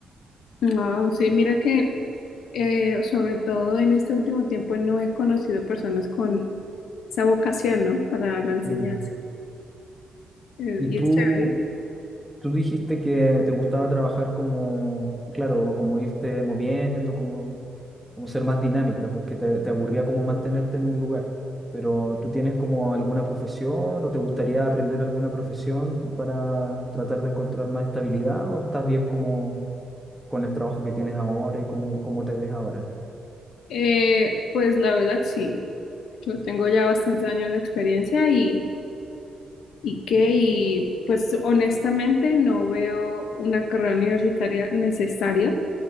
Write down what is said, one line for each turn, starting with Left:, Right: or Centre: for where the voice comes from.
Left: No, sí, mira que eh, sobre todo en este último tiempo no he conocido personas con esa vocación, ¿no? Para la enseñanza.
Centre: Mm.
Left: Eh,
Centre: Y
Left: y
Centre: tú,
Left: es chévere.
Centre: tú dijiste que te gustaba trabajar como, claro, como irte moviendo, como, como ser más dinámica, porque te, te aburría como mantenerte en un lugar. Pero ¿tú tienes como alguna profesión o te gustaría aprender alguna profesión para tratar de encontrar más estabilidad o estás bien como con el trabajo que tienes ahora y cómo, cómo te ves ahora?
Left: Eh, pues la verdad sí, yo tengo ya bastantes años de experiencia y, y que, y pues honestamente no veo una carrera universitaria necesaria